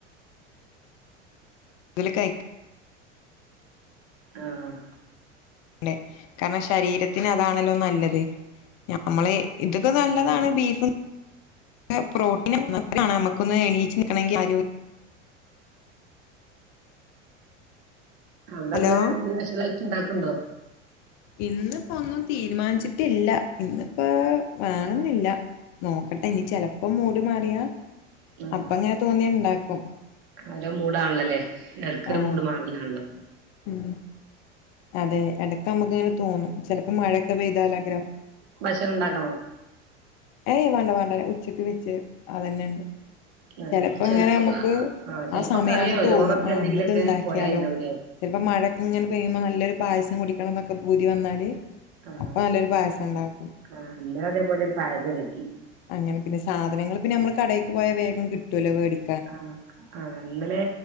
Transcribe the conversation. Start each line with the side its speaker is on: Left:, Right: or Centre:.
Left: ടുതല് കഴിക്ക്
Right: ആഹ്
Left: ണ്ടെ കാരണം ശരീരത്തിന് അതാണല്ലോ നല്ലത്. നമ്മളെ ഇതൊക്കെ നല്ലതാണ്
Right: ആഹ് ആഹ്
Left: ബീഫും, ഒക്കെ പ്രോട്ടീനാണ് നല്ലതാണ് നമ്മക്കൊന്ന് എണീച്ച് നിക്കണെങ്കി ആരോഗ്യം
Right: അവിടെന്ന്
Left: ഹലോ
Right: എന്തേ സ്പെഷലാക്കി ഇണ്ടാക്ക്ണ്ടോ?
Left: ഇന്നിപ്പൊന്നും തീരുമാനിച്ചിട്ടില്ല ഇന്നിപ്പോ വേണന്നില്ല. നോക്കട്ടെ ഇനി ചെലപ്പോ മൂട് മാറിയാ
Right: ആഹ്
Left: അപ്പങ്ങനെ തോന്നിയാ ഇണ്ടാക്കും.
Right: ഓരോ മൂടാണല്ലോ ല്ലേ എടക്കൊരു
Left: ആഹ്
Right: മൂട് മാറലാണല്ലോ.
Left: ഉം അതെ എടക്ക് നന്മക്ക്ങ്ങനെ തോന്നും ചെലപ്പോ മഴക്കെ പെയ്താലേക്കാരം
Right: ഭക്ഷണണ്ടാക്കണോ?
Left: ഏയ് വാണ്ട വാണ്ട ഉച്ചയ്ക്ക് വെച്ച് അതന്നെണ്ട്
Right: ആ
Left: ചെലപ്പോ ഇങ്ങനെ നമ്മക്ക്
Right: ക- ചെലപ്പോ
Left: ആ സമയവുമ്പോ
Right: കറിയോ
Left: തോന്നും
Right: ചോറൊക്കെ
Left: ആ
Right: എന്തെങ്കിലുമൊക്കെ
Left: ഇന്ന്ത് ഇണ്ടാക്കിയാലോ?
Right: പോരായിണ്ടാവൂലേ
Left: ചെലപ്പോ മഴൊക്കെങ്ങനെ പെയ്യുമ്പോ നല്ലൊരു പായസം കുടിക്കണം എന്നൊക്കെ പൂതി വന്നാല്..
Right: ആ
Left: അപ്പൊ നല്ലൊരു പായസണ്ടാക്കും.
Right: ആ ഇന്ന അതേപോലൊരു പായസം വെക്കി
Left: അങ്ങനെ പിന്നെ സാധനങ്ങള് പിന്നെ നമ്മള് കടേക്ക് പോയ വേഗം കിട്ടുവല്ലോ വേടി
Right: ആഹ് ആഹ് ഇന്നലെ